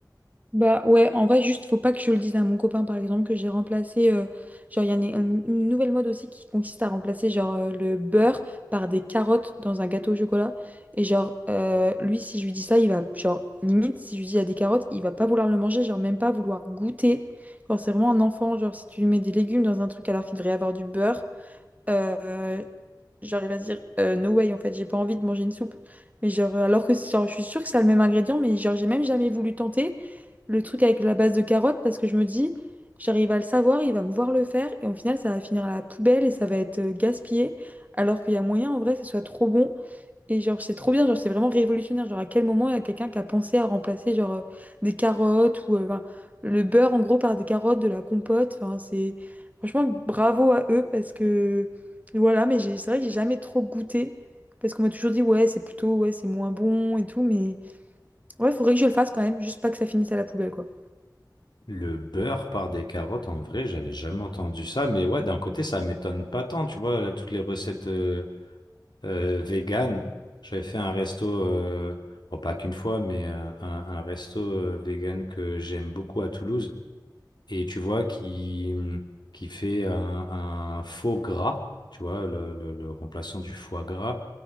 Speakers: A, on the right; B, on the left.
A: Bah ouais, en vrai, juste faut pas que je le dise à mon copain, par exemple, que j'ai remplacé, euh, genre, il y en a une une nouvelle mode aussi qui consiste à remplacer, genre, euh, le beurre par des carottes dans un gâteau au chocolat. Et genre, euh, lui, si je lui dis ça, il va, genre, limite, si je lui dis il y a des carottes, il va pas vouloir le manger, genre, même pas vouloir goûter. Genre, c'est vraiment un enfant, genre, si tu lui mets des légumes dans un truc alors qu'il devrait y avoir du beurre euh, j'arrive à se dire euh, no way en fait j'ai pas envie de manger une soupe mais genre euh, alors que genre, je suis sûre que c'est le même ingrédient mais genre j'ai même jamais voulu tenter le truc avec la base de carottes parce que je me dis j'arrive à le savoir il va me voir le faire et au final ça va finir à la poubelle et ça va être euh, gaspillé alors qu'il y a moyen en vrai que ce soit trop bon et genre, c'est trop bien, genre, c'est vraiment révolutionnaire. Genre, à quel moment il y a quelqu'un qui a pensé à remplacer, genre, euh, des carottes ou euh, ben, le beurre, en gros, par des carottes, de la compote. Enfin, c'est... Franchement, bravo à eux parce que... Voilà, mais j'ai- c'est vrai que j'ai jamais trop goûté parce qu'on m'a toujours dit, ouais, c'est plutôt, ouais, c'est moins bon et tout, mais... Ouais, faudrait que je le fasse quand même, juste pas que ça finisse à la poubelle, quoi.
B: Le beurre par des carottes, en vrai, j'avais jamais entendu ça, mais ouais, d'un côté, ça m'étonne pas tant, tu vois, là, toutes les recettes euh, euh, véganes. J'avais fait un resto, euh, bon, pas qu'une fois, mais euh, un, un resto euh, vegan que j'aime beaucoup à Toulouse et tu vois qui, qui fait un, un faux gras, tu vois, le, le- le remplaçant du foie gras,